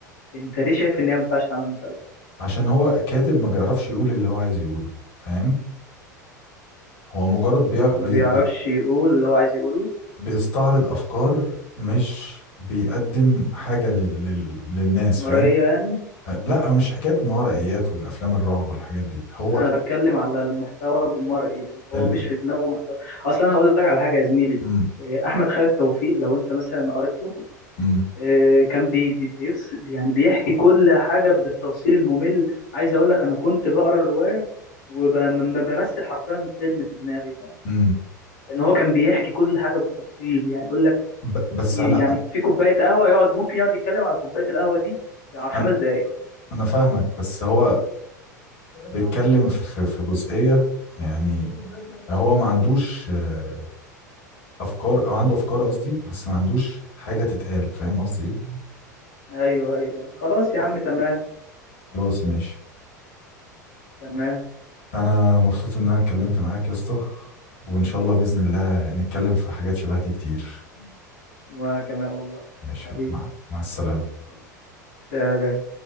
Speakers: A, on the left; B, on the left.
A: انت ليه شايف ان هي ما ينفعش تعمل مسلسل
B: عشان هو كاتب ما بيعرفش يقول اللي هو عايز يقوله فاهم هو مجرد بيع... بي...
A: ما بيعرفش
B: بي-
A: يقول اللي هو عايز يقوله
B: بيستعرض افكار مش بيقدم حاجه لل... لل- للناس
A: مرئيه
B: فاهم
A: يعني
B: أه، لا مش حكايه ما ورائيات والافلام الرعب والحاجات دي هو
A: لا انا بتكلم على المحتوى المرئي يعني هو
B: ال...
A: مش
B: ال-
A: في دماغه محتوى اصلا انا هقول لك على حاجه يا زميلي
B: م...
A: إيه، احمد خالد توفيق لو انت مثلا قريت له
B: م...
A: إيه، كان بي بي بيفس يعني بيحكي كل حاجه بالتفصيل الممل عايز اقول لك انا كنت بقرا الروايه وبمثل حرفيا فيلم في دماغي فاهم
B: م.
A: ان هو كان بيحكي كل حاجه بالتفصيل يعني يقول لك
B: ب... بس
A: ي-
B: انا
A: يعني في كوبايه قهوه يقعد ممكن يقعد يتكلم على كوبايه القهوه دي على خمس
B: انا
A: دقائق
B: انا فاهمك بس هو بيتكلم في في في جزئيه يعني هو ما عندوش آه، افكار او عنده افكار قصدي بس ما عندوش حاجه تتقال فاهم قصدي ايه
A: ايوه ايوه خلاص يا عم تمام
B: خلاص ماشي
A: تمام
B: انا مبسوط ان انا اتكلمت معاك يا اسطى وان شاء الله باذن الله نتكلم في حاجات شبه دي كتير
A: وانا كمان والله
B: ماشي
A: حبيبي
B: مع, مع السلامه
A: سلام